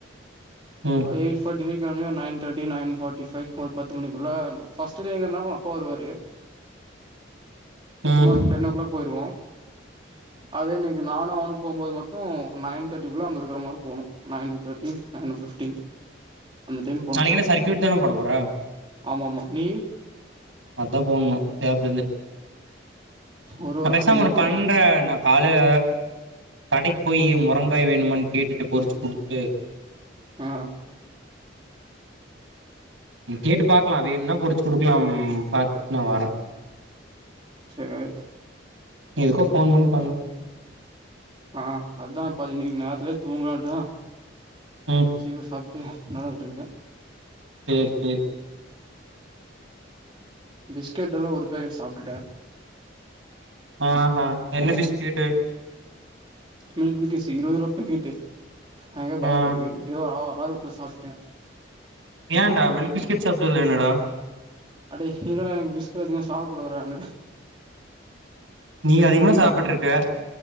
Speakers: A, on the right; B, on the right.
A: ம்
B: ஆ எயிட் பார்ட்டி ஃபைகு கிளம்பி ஒரு nine thirty nine forty five ஒரு பத்து மணிக்கு குள்ள ஃபஸ்ட் டே எங்கிறனாலு அப்பா வருவாரு
A: ம்
B: எட் மா
A: ம் ம்
B: டென் ஓ கிளாக் போயிருவோ அதே இன்னைக்கு நானு அவனு போபோது மட்டு நைன் தேர்ட்டிக்குள்ள அங்க இருக்கிற மாரி போணு nine thirteen nine fifteen time போனு
A: நாளைக்கு என்ன சர்க்யூட் தான போட போற
B: ஆமா ஆமா நீ
A: அதா போடணு கேப்
B: ஒரு
A: நா
B: வாரமா
A: பேசாம
B: ஜிம்மே
A: ஒண்ணு பண்ற
B: போல
A: நா காலேய கடெக் போயி மொரங்காய் வேணுமானு கேட்டுட்டு பொருச்சு குடுத்துட்டு
B: ஆ
A: கேட்டு பாக்கலா வேணுனா பொருச்சு குடுக்கலாம் பாத்துட் நா வரே
B: செரி ஓகே
A: எதுக்கோ ஃபோன் பண்ணு பண்ணு
B: ஆ அதா பாரு இன்னெக்கி நேரத்லயே தூங்கலான்தா
A: ம்
B: சீக்ரோ சாப்ட்டு நடந்துட்டுருக்கே
A: சேரி சேரி
B: பிஸ்கெட் வேற ஒரு பேக்கெட் சாப்ட்டுட்டே
A: ஆ ஆ என்ன பிஸ்கேட்டு
B: மில்க் பிக்கிசு இருவர்ருவா பேக்கெட்டு அதா
A: ஆ
B: பயமாருக்கு எதோ ஆ ஆர்வத்ல சாப்ட்டே
A: ஏன்டா மில்க் பிஸ்கெட் சாப்ட்ததுல என்னடா
B: அட இல்லடா எனக்கு பிஸ்கட் எதுமே சாப்ட கூடாதுடா எனக்கு
A: நீ அதிகமா
B: அதா
A: சாப்பிட்ருயிருக்கே